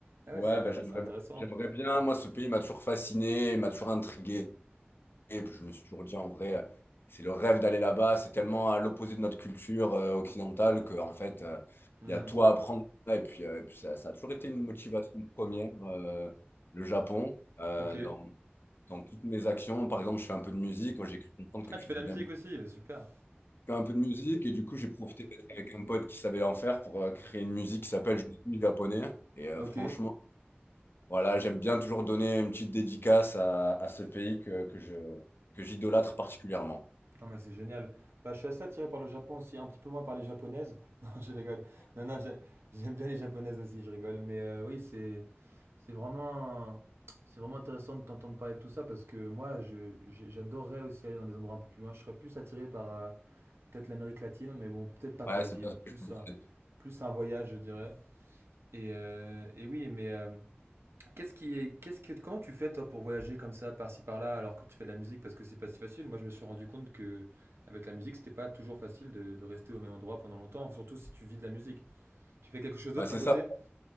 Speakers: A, on the right (about 85°); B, on the left (about 65°).
A: Ah ouais,
B: Ouais,
A: c'est
B: bah, j'aimerais,
A: c'est intéressant.
B: j'aimerais bien. Moi, ce pays m'a toujours fasciné, m'a toujours intrigué. Et puis je me suis toujours dit, en vrai, c'est le rêve d'aller là-bas. C'est tellement à l'opposé de notre culture euh, occidentale que, en fait, euh,
A: Mhm.
B: il y a tout à apprendre. Et puis, euh, et puis ça, ça a toujours été une motivation première, euh, le Japon, euh,
A: Ok.
B: dans, dans toutes mes actions. Par exemple, je fais un peu de musique. Moi, j'ai cru comprendre que
A: Ah,
B: tu
A: tu fais
B: faisais
A: de la
B: de
A: musique
B: la
A: aussi, euh, super.
B: fait un peu de musique et du coup j'ai profité d'être avec un pote qui savait en faire pour euh, créer une musique qui s'appelle Je suis japonais et euh,
A: Ok.
B: franchement voilà j'aime bien toujours donner une petite dédicace à, à ce pays que, que je que j'idolâtre particulièrement
A: Ah bah c'est génial. Bah, je suis assez attiré par le Japon aussi, un petit peu moins par les japonaises. <laughs> Non, je rigole. Non, non, j'ai- j'aime bien les japonaises aussi, je rigole. Mais euh, oui, c'est c'est vraiment, c'est vraiment intéressant de t'entendre parler de tout ça parce que moi, je, j'ai- j'adorerais aussi aller dans des endroits un peu plus loin. Je serais plus attiré par euh, peut-être l'Amérique latine, mais bon, peut-être pas
B: ouais
A: pour y
B: c'est
A: vivre.
B: bien ce que
A: Plus
B: je me
A: un,
B: disais.
A: plus un voyage, je dirais. Et, euh, et oui, mais euh, qu'est-ce qui est, qu'est-ce que, comment tu fais toi pour voyager comme ça, par-ci par-là, alors que tu fais de la musique parce que c'est pas si facile. Moi, je me suis rendu compte que avec la musique, c'était pas toujours facile de, de rester au même endroit pendant longtemps, surtout si tu vis de la musique. Tu fais quelque chose d'autre
B: Bah, c'est
A: à côté?
B: ça